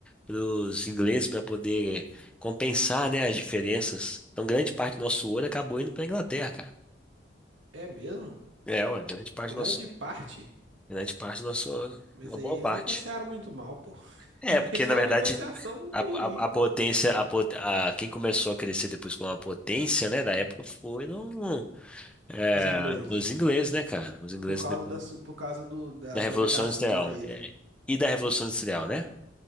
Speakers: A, in the centre; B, on the right.
A: para os ingleses para poder compensar, né, as diferenças. Então, grande parte do nosso ouro acabou indo para a Inglaterra, cara.
B: É mesmo?
A: É, ué, grande parte
B: Grande
A: do nosso,
B: parte.
A: grande parte do nosso ouro,
B: Mas
A: uma
B: aí
A: boa
B: eles
A: parte.
B: negociaram muito mal, pô. <laughs>
A: É, porque
B: Aí Foi
A: na verdade
B: uma negociação muito
A: a, a,
B: ruim, pô.
A: a potência, a, pot- a- quem começou a crescer depois com a potência, né, da época foram é,
B: Os ingleses.
A: os ingleses, né, cara? Os ingleses
B: Por causa
A: depois
B: das, por causa do, das
A: da Revolução
B: navegações
A: Industrial
B: dele.
A: é, e da Revolução Industrial, né?